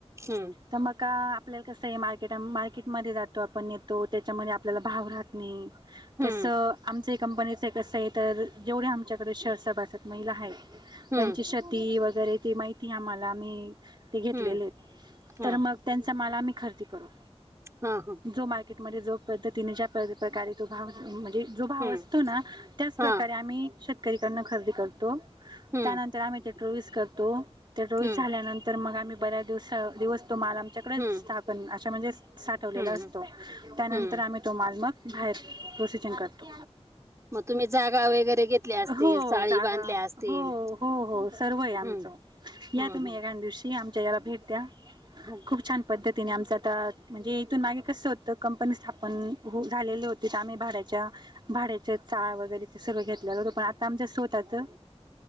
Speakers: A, on the right; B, on the right.
A: हम्म
B: तर मका आपल्याला कसं आहे मार्केट मार्केटमध्ये जातो आपण येतो त्याच्यामध्ये आपल्याला भाव राहत नाही.
A: हम्म
B: तसं आमच कंपनीचं एक कसं आहे तर जेवढ्या आमच्याकडे शहर्स सभासद महिला आहेत.
A: हम्म
B: त्यांची शती वगैरे ते माहिती आम्हाला मी ते घातले
A: हम्म
B: ले आहेत.
A: हा
B: तर मग त्यांचा माल आम्ही खरेदी करतो.
A: हा ह.
B: जो मार्केटमध्ये जो पद्धतीने ज्या प्रकारे तो भाव म्हणजे जो भाव
A: हम्म
B: असतो ना त्याचप्रकारे
A: हा
B: आम्ही शेतकरी कडन खरेदी करतो.
A: हम्म
B: त्यानंतर आम्ही ते ट्रोवीस करतो, ते ट्रवीस
A: हम्म
B: झाल्यानंतर तर मग आम्ही बऱ्या दिवसा दिवस तो माल आम्ही- - तिकडंच
A: हम्म
B: स्थापन अशा म्हणजे साठवलेला
A: हम्म
B: असतो त्यानंतर
A: हम्म
B: आम्ही तो माल मग बाहेर प्रोसिजन करतो
A: मग तुम्ही जागा वगैरे घेतल्या असतील
B: हो
A: चाळी
B: जागा
A: बांधल्या असतील.
B: हो हो हो सर्व आहे आमच
A: हम्म
B: या
A: हम्म
B: तुम्ही
A: हम्म
B: या एकांदिवशी आमच्या याला भेट द्या
A: हो
B: खूप छान पद्धतीने आमचं आता म्हणजे इथून मागे कसं होतं कंपनी स्थापन हो झालेलं होत तिथं आम्ही भाड्याच्या भाड्याच चाळ वगैरे ते सगळं घेतलेलं होतो पण आता आमच्या स्वतःचं